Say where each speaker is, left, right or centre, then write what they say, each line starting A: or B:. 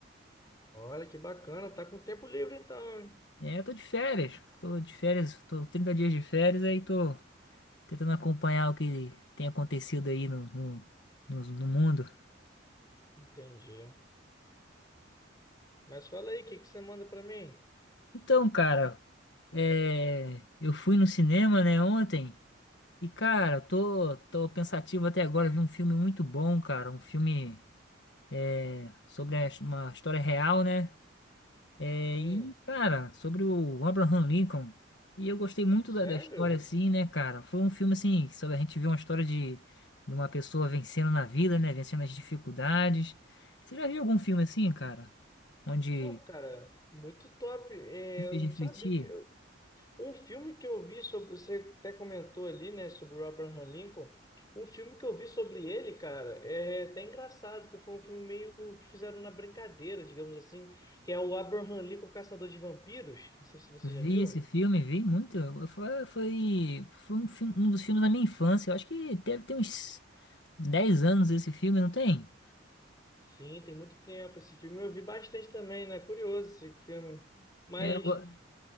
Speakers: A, on the left; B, on the left.
A: Olha que bacana, tá com tempo livre então, hein?
B: É, tô de férias. Tô de férias, tô 30 dias de férias, aí tô tentando acompanhar o que tem acontecido aí no, no, no, no mundo.
A: Entendi. Mas fala aí, o que que você manda pra mim?
B: Então, cara, é, eu fui no cinema, né, ontem. E, cara, tô, tô pensativo até agora. Vi um filme muito bom, cara. Um filme. é, sobre a- uma história real, né? É,
A: Hum,
B: e, cara, sobre o Abraham Lincoln. E eu gostei muito
A: sério?
B: da, da história, assim, né, cara? Foi um filme, assim, sobre a gente ver uma história de, de uma pessoa vencendo na vida, né? Vencendo as dificuldades. Você já viu algum filme assim, cara? Onde
A: Pô, cara, muito top. É,
B: me fez
A: eu não
B: refletir?
A: sabia Um filme que eu vi sobre, você até comentou ali, né, sobre o Abraham Lincoln. Um filme que eu vi sobre ele, cara, é até engraçado, que foi um filme meio que fizeram na brincadeira, digamos assim, que é o Abraham Lincoln Caçador de Vampiros. Não sei se você
B: Vi
A: já viu.
B: esse filme, vi muito. Eu- Foi, foi, foi um, filme- um dos filmes da minha infância. Eu acho que deve ter uns 10 anos esse filme, não tem?
A: Sim, tem muito tempo esse filme. Eu vi bastante também, né? Curioso esse filme. Mas,
B: É, eu go-